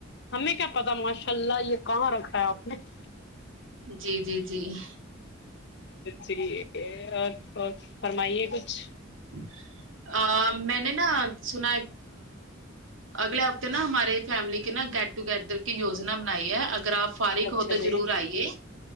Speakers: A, on the left; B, on the right.
A: ہمیں کیا پتا ماشاء اللہ یہ کہاں رکھا ہے آپ نے <unintelligible>
B: جی جی جی <inaudible>
A: جی اور فرمائیے کچھ <inaudible>
B: ب <inaudible> ا میں نے نا <unintelligible> سنا اگلے ہفتے نا ہمارے فیملی کے نا گیٹ ٹوگیدر کی یجنا بنائی ہے اگر آپ <unintelligible>
A: اچھا
B: تو
A: جی
B: ضرور آئیے